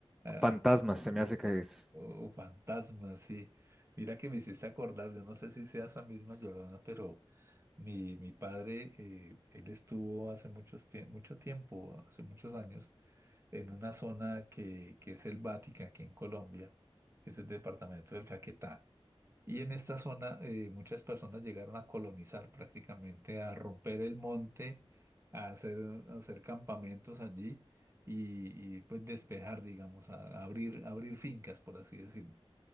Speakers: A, on the right; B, in the centre.
A: Ah,
B: Fantasmas, se me hace que
A: los-
B: es.
A: oh, fantasmas, sí. Mira que me hiciste acordar, yo no sé si sea esa misma Llorona, pero mi, mi padre, eh, él estuvo hace muchos tie- mucho tiempo, hace muchos años, en una zona que, que es selvática aquí en Colombia, que es el departamento del Caquetá. Y en esta zona eh, muchas personas llegaron a colonizar prácticamente, a romper el monte, a hacer, a hacer campamentos allí y, y, pues despejar, digamos, a, a abrir, abrir fincas, por así decirlo.